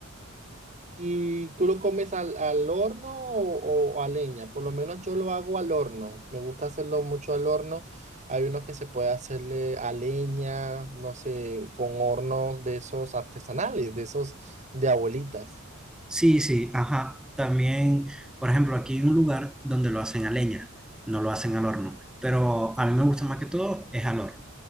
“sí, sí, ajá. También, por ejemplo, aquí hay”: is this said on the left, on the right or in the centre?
Centre